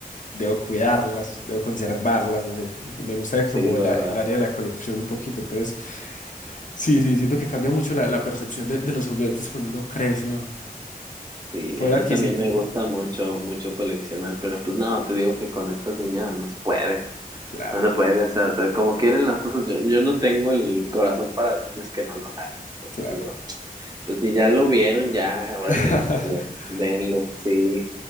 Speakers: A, on the left (about 55°); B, on the right (about 25°).
A: debo cuidarlas, debo conservarlas, no sé. Me gusta como
B: sí, verdad.
A: la- el área de la colección un poquito. Entonces, sí, sí, siento que cambia mucho la, la percepción de, de los juguetes cuando uno crece, o
B: Sí,
A: poder
B: a mí
A: adquisitivo.
B: también me gusta mucho, mucho coleccionar, pero pues no, te digo que con estas niñas no se puede,
A: Claro,
B: no se puede, o sea, te- como quieren las cosas, yo, yo no tengo el corazón para decirles que no lo hagan. Entonces
A: claro.
B: digo, Pues si ya lo vieron, ya, órale,
A: <laughs>
B: eh, denle, sí.